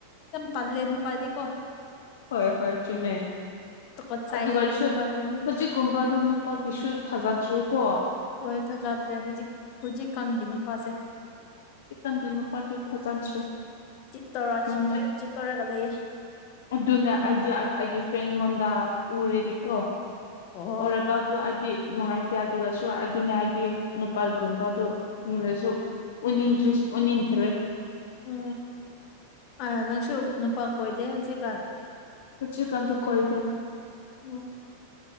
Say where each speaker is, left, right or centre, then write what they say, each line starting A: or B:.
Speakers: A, on the left; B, on the left.
A: ꯇꯜꯂꯦ ꯅꯨꯄꯥꯗꯤꯀꯣ
B: ꯍꯣꯏ ꯍꯣꯏ ꯆꯨꯝꯃꯦ
A: ꯇꯨꯀꯠꯆꯩꯌꯦ
B: ꯑꯗꯨꯑꯣꯏꯔꯁꯨ
A: ꯑꯩꯗꯤ ꯅꯨꯄꯥꯁꯤꯡꯗꯤ
B: ꯍꯧꯖꯤꯛꯀꯨꯝꯕ ꯑꯗꯨ ꯅꯨꯄꯥꯒꯤꯁꯨ ꯊꯥꯖꯗ꯭ꯔꯦꯀꯣ
A: ꯍꯣꯏ ꯊꯥꯖꯗ꯭ꯔꯦ ꯍꯧꯖꯤꯛ ꯍꯧꯖꯤꯛꯀꯥꯟꯒꯤ ꯅꯨꯄꯥꯁꯦ
B: ꯅꯪꯗꯤ ꯅꯨꯄꯥꯗꯨ ꯊꯥꯖꯗ꯭ꯔꯦ
A: ꯆꯤꯠꯇꯣꯔ ꯆꯤꯠꯇꯣꯔꯦ
B: ꯎꯝ
A: ꯆꯤꯠꯇꯣꯔꯦꯒ ꯂꯩꯌꯦ
B: ꯑꯗꯨꯅꯦ ꯑꯩꯗꯤ ꯑꯩꯒꯤ ꯐ꯭ꯔꯦꯟ ꯉꯣꯟꯗ ꯎꯔꯦꯕꯤꯀꯣ
A: ꯑꯣ
B: ꯎꯔꯕ ꯑꯗꯨ ꯑꯩꯗꯤ ꯅꯨꯡꯉꯥꯏꯇꯦ ꯑꯗꯨꯒꯁꯨ ꯑꯗꯨꯅꯦ ꯍꯥꯏꯗꯤ ꯂꯄꯥꯒꯨꯝꯕꯗ ꯑꯣꯏꯔꯁꯨ ꯎꯅꯤꯡꯗ꯭ꯔꯁꯨ ꯎꯅꯤꯡꯇ꯭ꯔꯦ
A: ꯎꯝ ꯑ ꯅꯪꯁꯨ ꯅꯨꯄꯥ ꯀꯣꯏꯗꯦ ꯍꯧꯖꯤꯛꯀꯥꯟ
B: ꯍꯧꯖꯤꯛ ꯀꯥꯟꯗꯣ ꯀꯣꯏꯗꯦ
A: ꯎꯝ